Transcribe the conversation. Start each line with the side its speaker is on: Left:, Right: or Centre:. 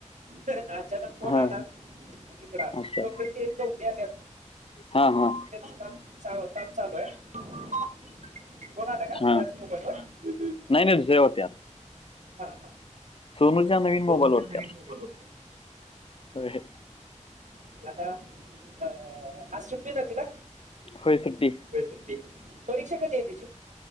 Right: अचानक फोन
Left: हा
Right: आला. इकड
Left: अच्छा
Right: तो पर्यंत उभ्या उभ्या.
Left: हां हां
Right: त्याच काम काम चालू आहे. फोन आला का
Left: हां
Right: याच मोबाईलवर.
Left: नाही नाही दुसऱ्या वाटत्यात
Right: हा-हा
Left: सोनूच्या नवीन
Right: दोनन
Left: मोबाईल वाटत्यात होय
Right: <inaudible> आता अ आज सुट्टी ना तिला.
Left: होय सुट्टी.
Right: होय सुट्टी परीक्षा कधी आहे तिची.